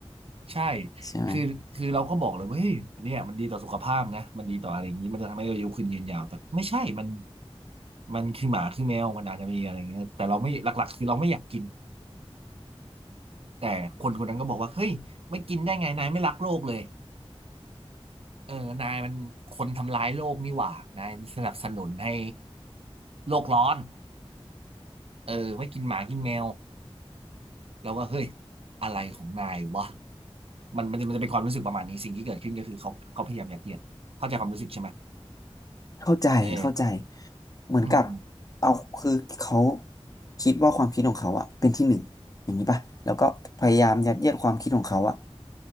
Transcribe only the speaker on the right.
ใช่
คือคือเราก็บอกเลยว่าเฮ้ยเนี่ยมันดีต่อสุขภาพนะมันดีต่ออะไรอย่างนี้มันจะทำให้อายุขึ้นยืนยาวแต่ไม่ใช่มันมันคือหมาคือแมวมันอาจจะมีอะไรอย่างเงี้ยแต่เราไม่หลักๆคือเราไม่อยากกินแต่คนคนนั้นก็บอกว่าเฮ้ยไม่กินได้ไงนายไม่รักโลกเลย เออนายมันคนทำร้ายโลกนี่หว่า นายสนับสนุนให้โลกร้อนเออไม่กินหมากินแมวแล้วก็เฮ้ยอะไรของนายวะ มันมันจะมันจะเป็นความรู้สึกประมาณนี้สิ่งที่เกิดขึ้นก็คือเขาเขาพยายามยัดเยียดเข้าใจความรู้สึกใช่ไหม
เออ
อืม